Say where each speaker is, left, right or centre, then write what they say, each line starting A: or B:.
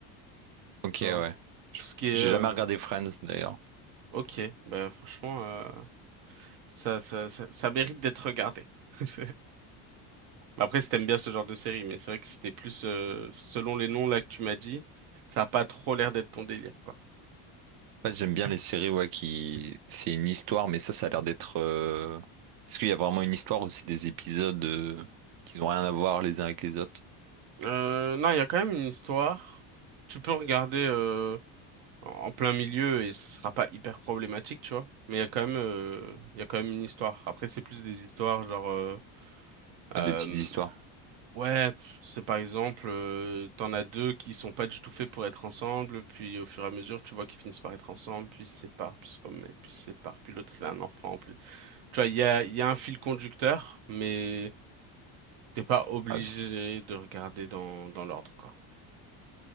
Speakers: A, on the right; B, on the right.
A: Ok,
B: tu
A: ouais.
B: vois,
A: Je-
B: tout ce qui est,
A: J'ai
B: euh,
A: jamais regardé Friends, d'ailleurs.
B: ok, bah franchement, euh, ça, ça, ça, ça mérite d'être regardé. <laughs> Après, si t'aimes bien ce genre de série, mais c'est vrai que c'était plus, euh, selon les noms là que tu m'as dit, ça a pas trop l'air d'être ton délire quoi.
A: En fait, j'aime bien les séries, ouais, qui... C'est une histoire, mais ça, ça a l'air d'être... euh, Est-ce qu'il y a vraiment une histoire ou c'est des épisodes euh, qui n'ont rien à voir les uns avec les autres?
B: Euh, non, il y a quand même une histoire. Tu peux regarder euh, en en plein milieu et ce sera pas hyper problématique, tu vois. Mais il y a quand même, euh, il y a quand même une histoire. Après, c'est plus des histoires genre, euh, euh,
A: Ouais, Des petites histoires.
B: ouais, pff, c'est par exemple, euh, t'en as deux qui sont pas du tout faits pour être ensemble, puis au fur et à mesure, tu vois qu'ils finissent par être ensemble, puis ils se séparent, puis se remettent, puis se séparent, puis l'autre il a un enfant, puis tu vois, il y a, il y a un fil conducteur, mais t'es pas obligé
A: Ah, c-
B: de regarder dans dans l'ordre, quoi.